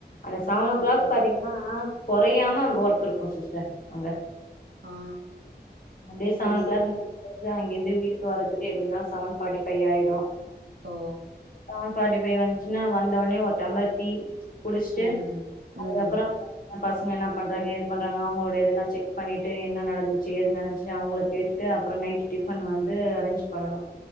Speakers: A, on the left (about 55°); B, on the right (about 70°).
A: அந்த செவன் ஓ கிளாக்
B: ஆ
A: பாத்தீங்கன்னா குறையாம ஒர்க் இருக்கும் சிஸ்டர் அங்க
B: ஆ
A: அ செவன்
B: புரியுது
A: ஓ க்ளாக் அங்கிருந்து வீட்டுக்கு வரதுக்கு எப்படிின்னால செவன்ஃபார்ட்டி பபைவ் ஆயிடும்
B: ஓ
A: செவன்ஃபார்ட்டி வந்துச்சுன்னா வந்தனே ஒரு டம்ளர் டீ குடிச்சுட்டு
B: உம்
A: அதுக்கப்புறம்
B: உம்
A: பாத்தீங்கன்னா பசங்க என்ன பண்றாங்க எது பண்றாங்க அவங்களோட இதெல்லாம் செக் பண்ணிட்டு என்ன நடந்துச்சு எது நடந்துச்சு அவங்கள கேட்டுட்டு அப்புறம் நைட் டிஃபன் வந்து அரேஞ்ச் பண்ணணும்